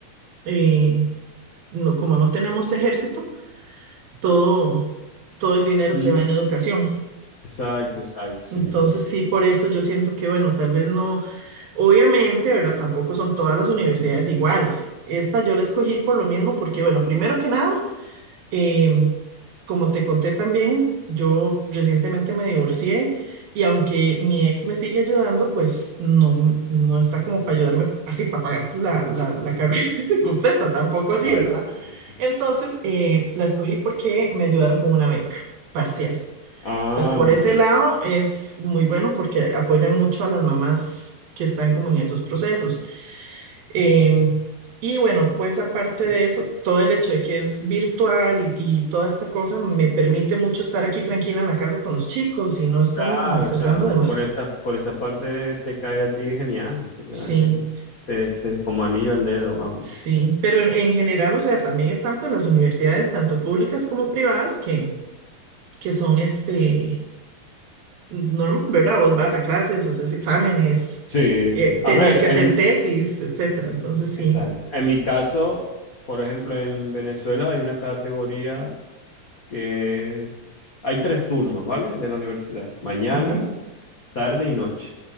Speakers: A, on the right; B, on the left.
A: eh, no, como no tenemos ejército, todo, todo el dinero
B: Ujú.
A: se va en educación.
B: Exacto, exacto, sí,
A: Entonces,
B: lo veo.
A: sí, por eso yo siento que, bueno, tal vez no, obviamente, ¿verdad? Tampoco son todas las universidades iguales. Esta yo la escogí por lo mismo, porque, bueno, primero que nada, em, como te conté también, yo recientemente me divorcié y aunque mi ex me sigue ayudando, pues no, m- no está como para ayudarme así, para pagar la, la, la carrera <laughs> completa, tampoco así,
B: Exacto.
A: ¿verdad? Entonces, eh, la escogí porque me ayudaron con una beca parcial.
B: Ah,
A: Entonces, por
B: muy
A: ese
B: bien.
A: lado es muy bueno porque apoyan mucho a las mamás que están como en esos procesos. Em, y bueno, pues aparte
B: Y
A: de eso, todo el hecho de que es virtual y, y toda esta cosa me permite mucho estar aquí tranquila en la casa con los chicos y no estarme
B: Claro,
A: como estresando
B: claro.
A: de más.
B: Por esa, por esa parte te cae a ti genial. Te cae,
A: Sí,
B: te- se- como anillo al dedo, vamos.
A: sí, pero en, en general, o sea, también están pues las universidades, tanto públicas como privadas, que, que son este normal, ¿verdad? Vos vas a clases, haces exámenes,
B: Sí,
A: eh,
B: sí. A
A: tenés
B: ver,
A: que
B: en,
A: hacer tesis, etcétera. Entonces, sí,
B: exacto. En mi caso, por ejemplo, en Venezuela hay una categoría que es... Hay tres turnos, ¿vale? De la universidad. Mañana.
A: ok.
B: tarde y noche.